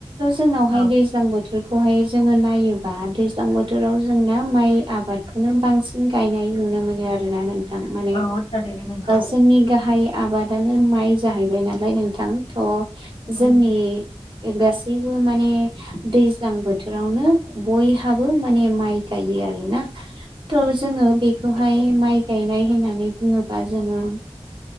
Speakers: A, on the right (about 55°); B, on the left (about 75°).
A: जोंनावहाय
B: औ
A: दैज्लां बोथोरखौहाय जोङो नायो बा दैज्लां बोथोराव जोंना माइ आबादखौनो बांसिन गायनाय नुनो मोनो आरोना नों माने
B: औ थारैनो नंगौ।
A: जोंनि गाहाय आबादानो माइ जाहैबाय नालाय नोंथां थ' जोंनि
B: नंगौ।
A: गासैबो माने दैज्लां बोथोरावनो बयहाबो माने माइ गायो आरोना थ' जोङो बेखौहाय
B: औ
A: माइ गायनाय होननानै बुङोबा जोङो